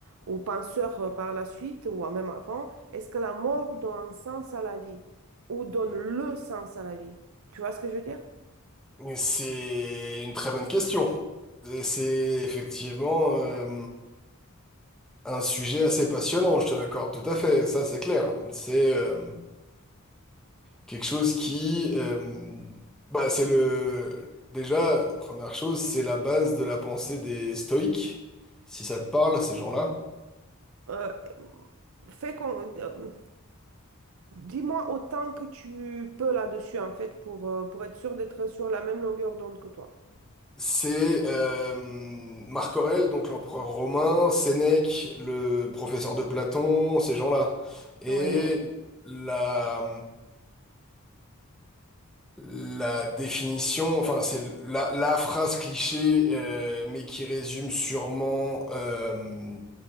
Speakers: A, on the right (about 70°); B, in the centre.
A: ou penseurs euh, par la suite, ou même avant. Est-ce que la mort donne un sens à la vie? Ou donne le sens à la vie? Tu vois ce que je veux dire?
B: C'est une très bonne question. Et C'est effectivement euh, un sujet assez passionnant, je te l'accorde tout à fait, ça c'est clair. C'est euh, quelque chose qui... euh, bah, c'est le... Déjà, première chose, c'est la base de la pensée des stoïques, si ça te parle, ces gens-là.
A: Euh, fait qu'on, euh, Dis-moi autant que tu peux là-dessus, en fait, pour, euh, pour être sûr d'être sur la même longueur d'onde que toi.
B: C'est euh, Marc Aurèle, donc l'empereur romain, Sénèque, le professeur de Platon, ces gens-là. Et
A: Oui.
B: la... La définition, enfin, c'est la, la phrase cliché, euh, mais qui résume sûrement euh,